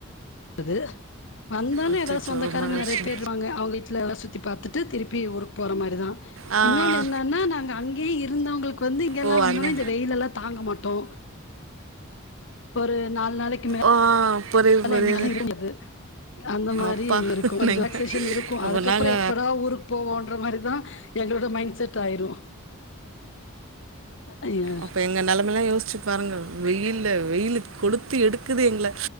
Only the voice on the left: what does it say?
து வந்தாலு
ஏதாவது சொந்தக்காரங்க
நெறைய பேர் இருப்பாங்க அவுங்க வீட்லல்லா சுத்தி பாத்துட்டு திருப்பி ஊருக்கு போற மாரிதா
இன்னொன்னு
என்னன்னா நாங்க அங்கேயே இருந்தவங்களுக்கு வந்து இங்கெல்லா
வந்தோன
இந்த வெயிலல்லா தாங்க மாட்டோ ஒரு நாலு நாளைக்கி மே
ல
எங்களால இருக்க முடியாது அந்த மாரி
இருக்கு கொஞ்ச
ரிலாக்ஸ்சேசன் இருக்கு
அதுக்கப்பறோ
எப்படா ஊருக் போவோன்ற மாதிரிதா எங்களோட மைண்ட் செட் ஆயிரு ஐய்ய